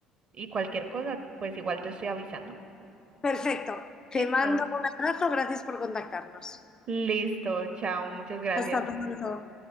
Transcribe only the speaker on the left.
Perfecto. Te
mando un abrazo, gracias por contactarnos.
Hasta pronto.